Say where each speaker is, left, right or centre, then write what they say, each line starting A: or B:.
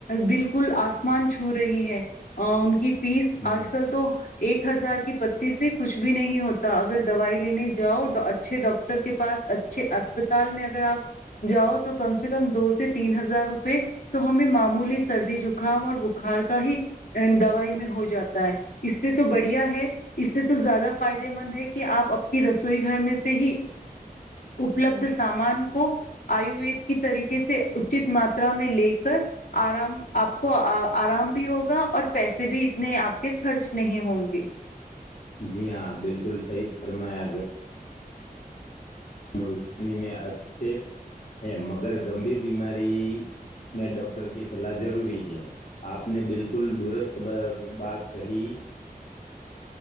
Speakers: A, on the left; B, on the left.
A: بالکل آسمان چھو رہی ہے ان کی فیس
B: ہ
A: آج کل تو ایک ہزار کی بتی س کچھ بھی نہیں ہوتا اگر دوائی لینے جاؤ اچھے ڈاکٹر کے پاس اچھے اسپتال میں اگر آپ جاؤ تو کم سے کم دو سے تین ہزار روپئے تو ہمیں معمولی سردی زکام اور بخار کا ہی دوائی میں ہو جاتا ہے اس سے تو بڑھیا ہے اس سے تو زیادہ فائدے مند ہے کہ آپ آپ کی رسوئی گھر میں سے ہی اپلبھ سامان کو آیوید کی طریقے سے اچت ماترا میں لے کر آرام آپ کو آرام بھی ہوگا اور پیسے بھی اتنے آپ کے خرچ نہیں ہوں گے
B: جی ہاں بالکل صحیح فرمایا گ رونی میں اچھے ہیں مگر گمبھیر بیماری میں ڈاکٹر کی سلاح ضروری ہے آپ نے بالکل درست بات کہی